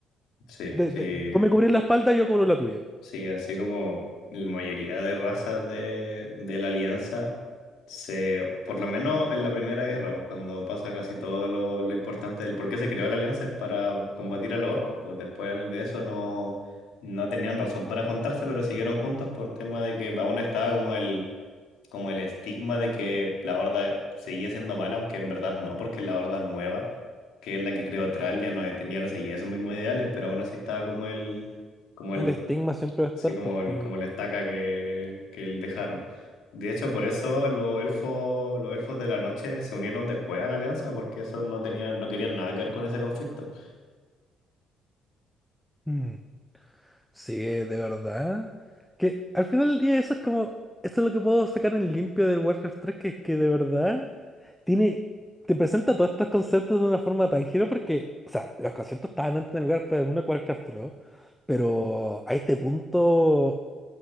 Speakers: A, on the left; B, in the centre.
A: Sí,
B: De-
A: sí.
B: de- tú me cubrís la espalda, yo cubro la tuya.
A: Sí, así como la mayoría de razas de, de la Alianza, se, por lo menos en la Primera Guerra, pues cuando pasa casi todo lo, lo importante del por qué se creó la Alianza es para combatir a los orcos, pues después de eso no, no tenían razón para juntarse, pero siguieron juntos por tema de que aún estaba como el, como el estigma de que la Horda seguía siendo mala, aunque en verdad no, porque la Horda nueva, que es la que creó Thrall, ya no, tenía, no seguía esos mismos ideales, pero aún así estaba como el como
B: El
A: el
B: estigma siempre va a estar
A: Sí, como,
B: porque...
A: el, como la estaca que, que el- dejaron. De hecho, por eso los elfos, los elfos de la noche se unieron después a la alianza, porque esos no tenían, no querían nada que ver con ese conflicto.
B: mm, sí, de verdad. Que al final del día eso es como, eso es lo que puedo sacar en limpio del Warcraft tres, que, que de verdad... tiene, te presenta todos estos conceptos de una forma tan genial porque, o sea, los conceptos estaban antes en el lugar del mundo de Warcraft 3, pero a este punto